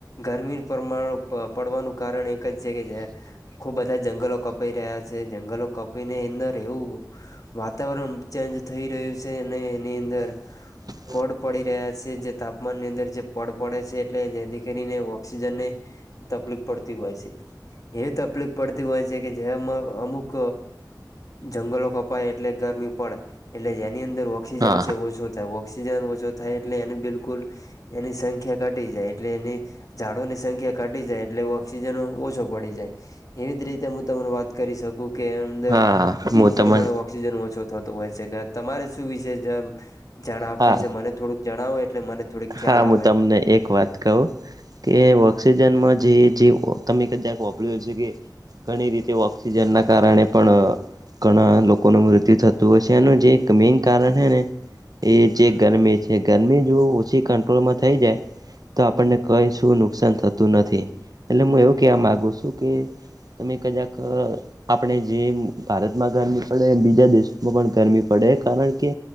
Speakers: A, on the left (about 50°); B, on the right (about 55°).
A: ગરમી પરમાણ પ, પડવાનું કારણ એક જ છે કે જ્યાં ખુબ બધા જંગલો કપાઈ રહ્યા છે, જંગલો કપી અંદર રેવું, વાત વાતાવરણ ચેન્જ થઈ રહ્યું છે અને એની અંદર
B: <unintelligible>
A: પડ પડી રહ્યા છે જે તાપમાનની અંદર જે પડ પડે છે એટલે જેથી કરીને ઓક્સિજનને તકલીફ પડતી હોય છે. એવી તકલીફ પડતી હોય છે કે જેમાં અમુક જંગલો કપાય એટલે ગરમી પડે એટલે જે એની અંદર ઓક્સિજન
B: હા
A: સેવ ઓછો ઓક્સિજન ઓછો થાય એટલે એની બિલકુલ એની સંખ્યા ઘટી જાય એટલે એની ઝાડોની સંખ્યા ઘટી જાય એટલે ઓક્સિજન ઓછો પડી જાય. એવી જ રીતે હું તમને વાત કરી શકું કે અંદર
B: હા હું
A: ઈ જ
B: તમન
A: પ્રમાણે ઓક્ ઓછું થતું હોય છે કે તમારે શું વિશે જ જાણ આપે
B: હા
A: છે મને જણાવો એટલે મને થોડીક ખ્યાલ
B: હા, હું
A: આવે
B: તમને એક વાત કહું કે
A: હા
B: ઓક્સિ જન જે જે તમે ક્દાચ હોમભાડયું હશે કે ઘણી રીતે ઑક્સિજનના કારણે પણ ઘણા લોકોનું મૃત્યુ થતું હોય છે એનું જે એક મેન કારણ હે ને એ જે ગરમી છે ગરમી જો પછી કંટ્રોલમાં થઈ જાય તો આપણને
A: હા
B: કઈ શું નુકસાન થતું નથી. એટલે મું એવું કહેવા માગુ છું કે તમે કદાક આપણે જેમ ભારતમાં ગરમી પડે એમ બીજા દેશોમાં પણ ગરમી પડે કારણ કે